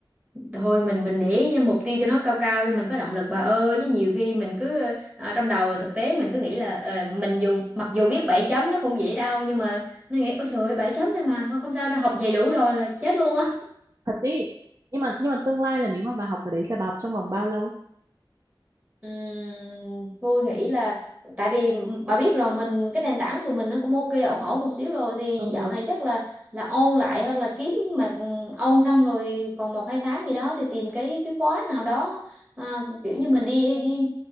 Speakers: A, on the right; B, on the right.
A: thôi mình mình để ý cho mục tiêu cho nó cao cao cho mình có động lực bà ơi chứ nhiều khi mình cứ ờ, trong đầu thực tế mình cứ nghĩ là ờ, mình dù mặc dù biết 7 chấm nó không dễ đâu nhưng mà mình nghĩ ôi trời ơi, 7 chấm thôi mà thôi không sao đâu học vậy đủ rồi là chết luôn á
B: thật ý nhưng mà nhưng mà tương lai là nếu mà bà học cái đấy là bà học trong vòng bao lâu
A: Ừm, Vui nghĩ là tại vì bà biết rồi mình cái nền tảng tụi mình nó cũng ok ổn ổn một xíu rồi thì
B: ừ
A: dạo này chắc là là ôn lại hoặc là kiếm mà ôn xong rồi còn một hai tháng gì đó thì tìm cái cái khóa nào đó à, kiểu như mình đi đi